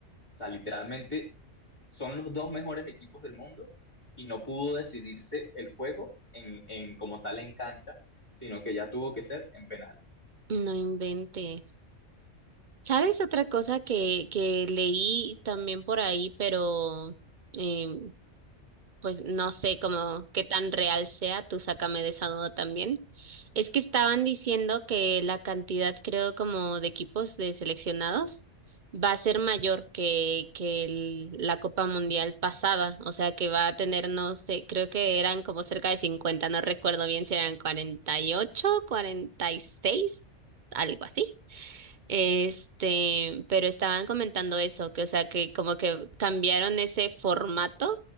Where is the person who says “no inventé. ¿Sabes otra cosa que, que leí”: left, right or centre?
Right